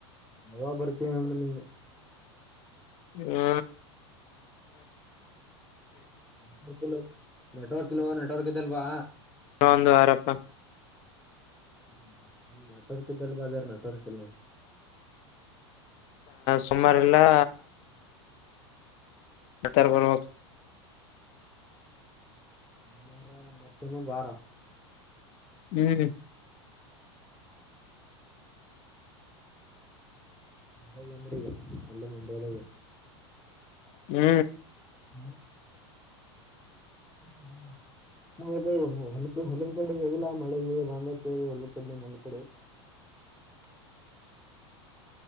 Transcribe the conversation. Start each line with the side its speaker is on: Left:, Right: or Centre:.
Centre: ಯಾಗ ಬರ್ತೀನ ಅಂದ ನಿಂಗ
Left: ಹ್ಮ
Centre: ನೆಟ್ವರ್ಕ್ ಇಲ್ ನೆಟ್ವರ್ಕ್ ಇಲ್ ನೆಟ್ವರ್ಕ್ ಇದದೆಲ್ವಾ
Left: ನೊಂದುವಾರಪ್ಪ
Centre: ಹ್ಮ್ಮ ನಟೋರ್ಕದಲ್ ಬಾಜಾರ್ ನಟೋರ್ಕಲ್ಲ
Left: ಸುಮಾರಲ್ಲಾ ನತ್ತಾರ ಬರುವ
Centre: ಮುಮ್ಮಾರ ಮತ್ತನ್ನು ಬಾರ
Left: ಹ್ಮ್
Centre: ನರಐರಗ ನಲ್ಲ ಮುಬೈದ
Left: ಹ್ಮ್
Centre: ಹ ಹ ಹ್ಮ ದು ಹೊಲ್ ಹೊಲ ಕಡೆ ಹೋಗಿಲ್ಲಾ ಮಳೆಗ ಬಂದತ ಹೊಲ್ ಕಡ್ ನಿ ಮುಲ್ ಕಡೆ <unintelligible>